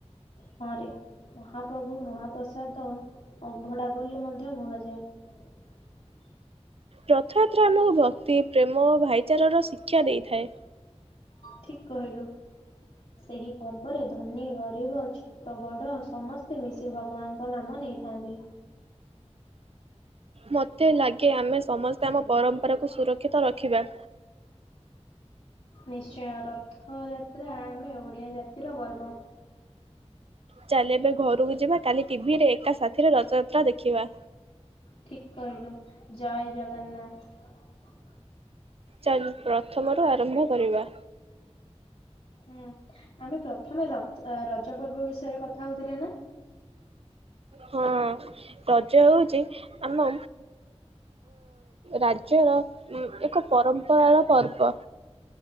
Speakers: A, on the left; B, on the right.
A: ହଁରେ। ମହାପ୍ରଭୁ ମହାପ୍ରସାଦ ଅଭଡ଼ା ବୋଲି ମଧ୍ୟ କୁହାଯାଏ। <inaudible>
B: ରଥଯାତ୍ରା ଆମକୁ ଭକ୍ତି, ପ୍ରେମ, ଓ ଭାଇଚାରାର ଶିକ୍ଷା ଦେଇଥାଏ।
A: ଠିକ କହିଲୁ, ସେଇ ପର୍ବରେ ଧନୀ, ଗରିବ, ଛୋଟ, ବଡ ସମସ୍ତେ ମିଶି ଭଗବାନଙ୍କ ନାମ ନେଇଥାନ୍ତି।
B: ମତେ ଲାଗେ କି ଆମେ ସମସ୍ତେ ଆମ ପରମ୍ପରାକୁ ସୁରକ୍ଷିତ ରଖିବା।
A: ନିଶ୍ଚୟ ରଥଯାତ୍ରା ଆମେ ଓ ଓଡ଼ିଆ ଜାତିର ଗର୍ବ।
B: ଚାଲ ଏବେ ଘରକୁ ଯିବା, କାଲି ଟି ଭିରେ ଏକା ସାଥିରେ ରଥଯାତ୍ରା ଦେଖିବା।
A: ଠିକ କହିଲୁ ଜୟ ଜଗନ୍ନାଥ।
B: ଚାଲ୍ ପ୍ରଥମରୁୁ ଆରମ୍ଭ କରିବା।
A: ହୁଁ ଆମେ ପ୍ରଥମେ ର ରଜ ପର୍ବ ବିଷୟରେ ରେ କଥା ହଉଥିଲେ ନା?
B: ହଁ ରଜ ହେଉଚି ଆମ ରାଜ୍ୟର ଉଁ ଏକ ପରମ୍ପରାର ପର୍ବ।